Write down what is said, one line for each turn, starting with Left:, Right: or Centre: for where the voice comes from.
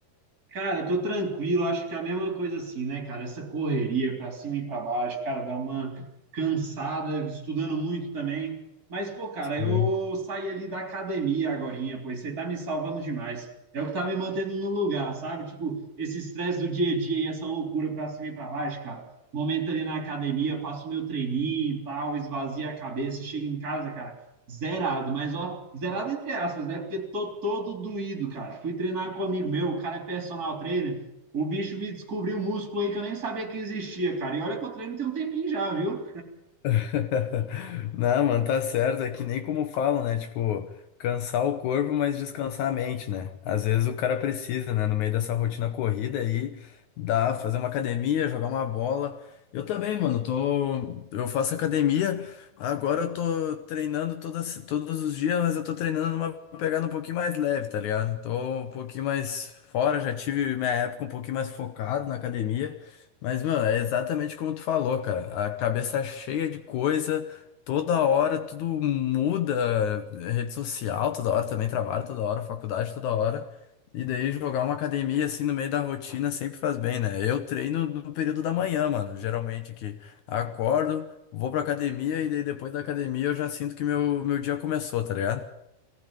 Right: Cara, tô tranquilo, acho que é a mesma coisa assim, né, cara? Essa correria pra cima e pra baixo, cara, dá uma cansada, estudando muito também. Mas, pô, cara,
Left: Sim.
Right: eu saí ali da academia agorinha, pois você tá me salvando demais. É o que tá me mantendo no lugar, sabe? Tipo, esse estresse do dia a dia e essa loucura pra cima e pra baixo, cara. Momento ali na academia, faço meu treininho e tal, esvazia a cabeça, chego em casa, cara. zerado, mas ó, zerado entre aspas, né? Porque tô todo doído, cara. Fui treinar com um amigo meu, o cara é personal trainer. O bicho me descobriu um músculo aí que eu nem sabia que existia, cara. E olha que eu treino tem um tempinho já, viu?
Left: <laughs> Não, mano, tá certo. É que nem como falam, né? Tipo, cansar o corpo, mas descansar a mente, né? Às vezes o cara precisa, né? No meio dessa rotina corrida aí, dá, fazer uma academia, jogar uma bola. Eu também, mano, tô, eu faço academia. Agora eu tô treinando todas, todos os dias, mas eu tô treinando numa pegada um pouquinho mais leve, tá ligado? Tô um pouquinho mais fora, já tive minha época um pouquinho mais focado na academia. Mas, mano, é exatamente como tu falou, cara. A cabeça cheia de coisa, toda hora tudo muda, é rede social, toda hora também trabalho, toda hora faculdade, toda hora. E daí jogar uma academia assim no meio da rotina sempre faz bem, né? Eu treino no período da manhã, mano. Geralmente que acordo, vou pra academia e daí depois da academia eu já sinto que meu, meu dia começou, tá ligado?